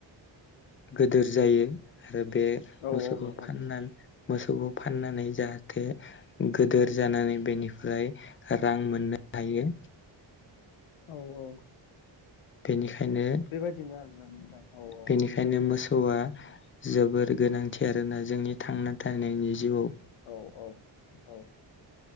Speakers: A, on the left; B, on the left.
A: गिदोर जायो आरो बे
B: औ
A: मोसौखौ
B: औ नोंथां
A: फाना मोसौखौ फाननानै जाहाथे गोदोर जानानै बेनिफ्राय रां मोननो हायो
B: औ औ
A: बेनिखायनो
B: बेबायदिनो आरो नोंथां औ औ
A: बेनिखायनो
B: बेबायदिनो
A: मोसौआ जोबोर गोनांथि आरोना जोंनि थांना थानायनि जिउआव
B: औ औ औ